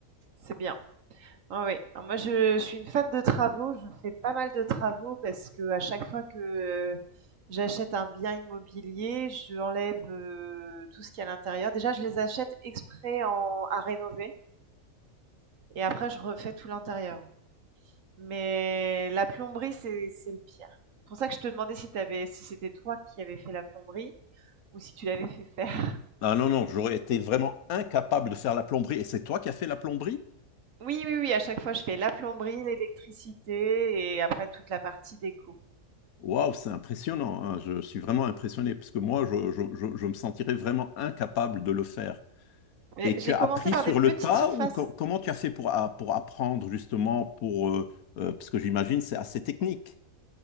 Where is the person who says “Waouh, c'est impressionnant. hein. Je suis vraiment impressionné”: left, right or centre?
Left